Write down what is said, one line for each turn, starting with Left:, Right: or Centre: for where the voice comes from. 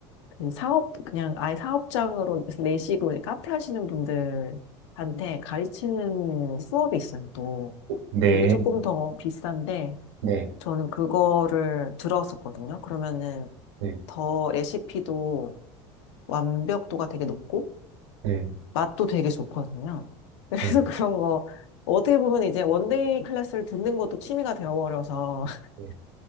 Left: 음, 사업, 그냥 아예 사업장으로 내시고 이제 카페 하시는 분들한테 가르치는 수업이 있어요, 또.
Right: 네.
Left: 그게 조금 더 비싼데,
Right: 네.
Left: 저는 그거를 들었었거든요. 그러면은
Right: 네.
Left: 더 레시피도 완벽도가 되게 높고,
Right: 네. 네.
Left: 맛도 되게 좋거든요. 그래서
Right: 네.
Left: <laughs> 그런 거, 어떻게 보면 이제 원데이 클래스를 듣는 것도 취미가 되어버려서, <laughs>
Right: 네.